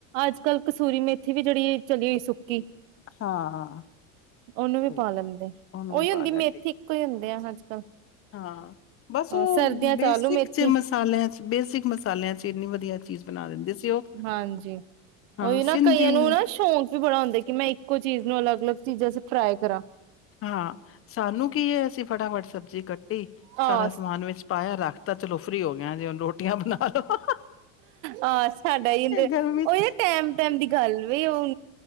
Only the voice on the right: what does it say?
ਅੱਜ ਕੱਲ੍ਹ ਕਸੂਰੀ ਮੇਥੀ ਵੀ ਜਿਹੜੀ ਚਲੀ ਹੋਈ ਸੁੱਕੀ।
ਉਹਨੂੰ ਵੀ
ਪਾ ਲੈਂਦੇ,
ਉਹੀ
ਹੁੰਦੀ
ਮੇਥੀ, ਇੱਕੋ ਹੀ ਹੁੰਦੇ ਆ ਅੱਜ ਕੱਲ
ਸਰਦੀਆਂ
ਚ ਆਲੂ ਮੇਥੀ
ਹਾਂਜੀ,
ਉਹੀ ਨਾ
ਕਈਆਂ ਨੂੰ ਨਾ ਸ਼ੌਂਕ ਵੀ ਬੜਾ ਹੁੰਦਾ, ਕਿ ਮੈਂ ਇੱਕੋ ਚੀਜ਼ ਨੂੰ ਅਲੱਗ- ਅਲੱਗ ਚੀਜ਼ਾਂ ਫਰਾਈ ਕਰਾਂ।
ਆ
ਹਾਂ ਸਾਡਾ ਹੀ ਉਹੀ
ਨਾ ਟੈਮ-ਟੈਮ ਦੀ ਗੱਲ ਵੀ ਉਹ